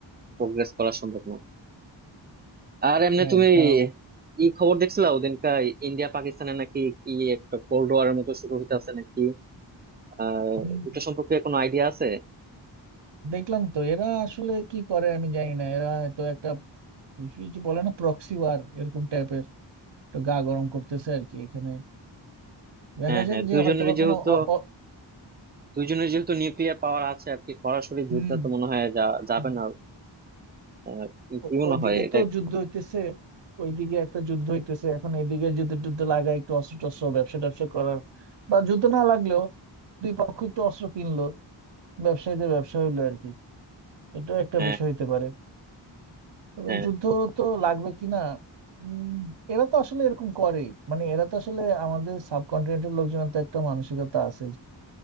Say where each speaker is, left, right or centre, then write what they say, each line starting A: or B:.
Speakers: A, on the right; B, on the right.
A: প্রোগ্রেস করা সম্ভব না আর এমনি
B: হ্যাঁ
A: তুমি
B: কারণ
A: কি খবর দেখছিলা ওদিনকার ইন্ডিয়া পাকিস্তানে নাকি কি একটা কোল্ড ওয়ারের মতো শুরু হইতে আছে নাকি আহ
B: হুম,
A: এটা সম্পর্কে কোনো আইডিয়া আছে
B: দেখলাম তো এরা আসলে কি করে আমি জানি না এরা তো একটা কি যে বলে না প্রক্সি ওয়ার এরকম টাইপের একটু গা গরম করতেছে আর কি এখানে দেখা
A: হ্যাঁ
B: যাক
A: হ্যাঁ
B: যে
A: দুইজনের
B: হয়তোবা
A: যেহেতু
B: কোনো অ- অ-
A: দুইজনের যেহেতু নিউক্লিয়ার পাওয়ার আছে আর কি সরাসরি যুদ্ধ
B: হুম
A: তো মনে হয় যা যাবে
B: হুম।
A: না আহ,
B: ও-
A: কি মনে
B: ওইদিকে
A: হয় এটা
B: তো যুদ্ধ হইতেছে ওইদিকে একটা যুদ্ধ হইতেছে এখন এদিকে যুদ্ধ টুদ্ধ লাগায় একটু অস্ত্র টস্ত্র ব্যবসা ট্যাবসা করার বা যুদ্ধ না লাগলেও দুই পক্ষ একটু অস্ত্র কিনলো ব্যবসায়ীদের ব্যবসা হইলো আর কি এটাও একটা
A: হ্যাঁ
B: বিষয় হইতে পারে তবে
A: হ্যাঁ
B: যুদ্ধ তো লাগবে কিনা উম, এরা তো আসলে এরকম করে মানে এরা তো আসলে আমাদের সাবকন্টিনেন্টের লোকজনের তো একটা মানসিকতা আছে